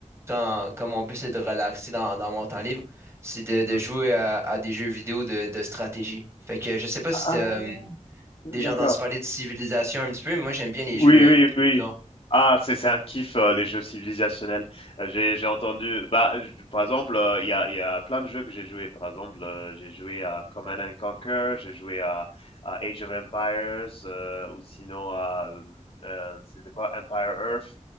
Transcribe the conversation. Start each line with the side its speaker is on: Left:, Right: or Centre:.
Right: quand, quand mon but, c'est de relaxer dans, dans mon temps libre, c'est de, de
Left: Mmh.
Right: jouer à, à des jeux vidéo de, de stratégie. Fait que je sais pas si
Left: Ah!
Right: t'as euh, déjà
Left: D'accord.
Right: entendu parler de civilisation un petit peu, mais moi j'aime bien les
Left: Oui,
Right: jeux,
Left: oui,
Right: euh, les jeux
Left: oui.
Right: du genre.
Left: Ah, c'est c'est un kiff, heu, les jeux civilisationnels. Heu, j'ai j'ai entendu bah, j par exemple, heu, il y a il y a plein de jeux que j'ai joué. Par exemple, heu, j'ai joué à Command and Conquer, j'ai joué à à Age of Empires, heu, ou sinon à, hem, heu, c'était quoi? Empire Earth.